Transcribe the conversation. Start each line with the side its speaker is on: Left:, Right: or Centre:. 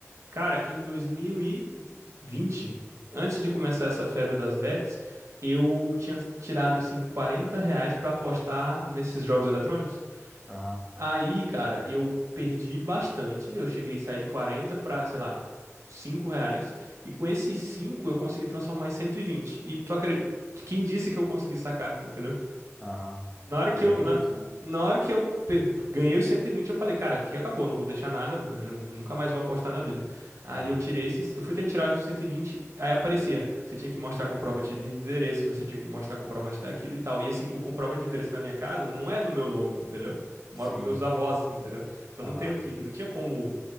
Right: Cara, em dois mil e vinte, antes de começar essa febre das bets, eu tinha tirado assim 40 reais pra apostar nesses jogos eletrônicos.
Centre: Aham,
Right: Aí, cara, eu perdi bastante. Eu cheguei a sair de 40 pra, sei lá, 5 reais. E com esses 5 eu consegui transformar em 120. E tu acredita? Quem disse que eu consegui sacar, entendeu?
Centre: aham.
Right: Na hora que
Centre: Ainda
Right: eu,
Centre: tem
Right: na,
Centre: isso, né?
Right: na hora que eu pe- ganhei os 120, eu falei, cara, aqui acabou, não vou deixar nada, eu já nunca mais vou apostar na vida. Aí
Centre: Aham.
Right: eu tirei esses, eu fui tentar tirar os 120, aí aparecia, você tinha que mostrar comprovante de endereço, você tinha que mostrar comprovante daquilo e tal. E assim, o comprovante de endereço da minha casa não é no meu nome, entendeu? Eu
Centre: Sim,
Right: Moro com meus avós, entendeu? Então
Centre: aham.
Right: não tenho que, não tinha como